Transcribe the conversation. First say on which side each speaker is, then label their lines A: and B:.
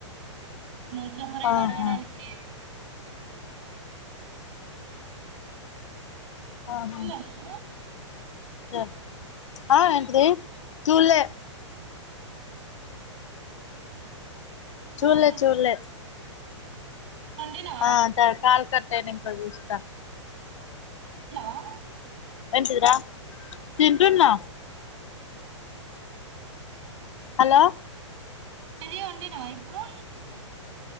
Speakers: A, on the right; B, on the left.
A: మనం సపరేట్
B: ఆహా
A: అడగడానికి లేదు
B: ఆహా
A: లేదు
B: ద ఆ ఏంటిదీ చూల్లే
A: పిల్లలు తర్వాత
B: చూల్లే చూల్లే
A: వండినవా
B: ఆ సరె కాల్ కట్టైనంక జూస్త
A: తిన్నవా
B: ఏంటిదిరా తింటున్నా హలో
A: తినీ వండినవా ఇప్పుడూ